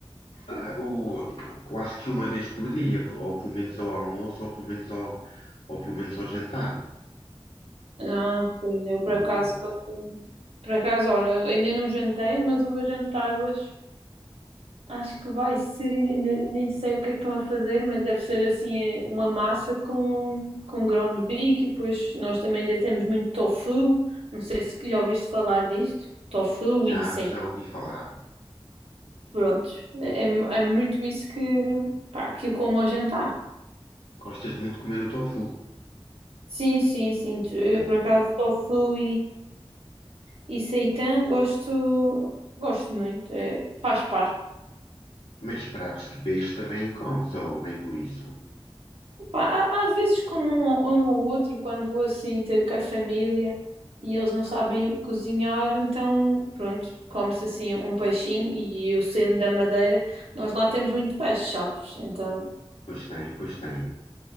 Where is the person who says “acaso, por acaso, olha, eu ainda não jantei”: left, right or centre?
Right